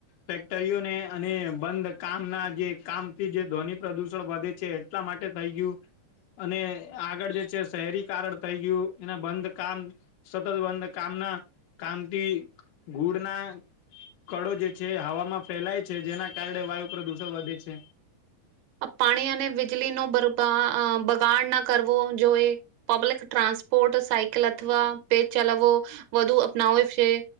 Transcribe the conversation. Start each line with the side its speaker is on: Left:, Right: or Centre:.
Left: ફેક્ટરીઓને અને બંધ કામ ના જે કામથી જે ધ્વનિ પ્રદુષણ વધે છે એટલા માટે થઈ ગયું અને આગળ જે છે શહેરી કારણ થઈ ગયું એના બંધ કામ સતત બંધ કામના કામતી ઘુડના કળો જે છે હવામાં ફેલાય છે જેના કારણે વાયુ પ્રદુષણ વધે છે.
Right: પાણી અને વીજળીનો બરબાદ આ બગાડ ના કરવો જોઈએ. પબ્લિક ટ્રાન્સપોર્ટ સાયકલ અથવા પે ચલાવો વધુ અપનાવે છે.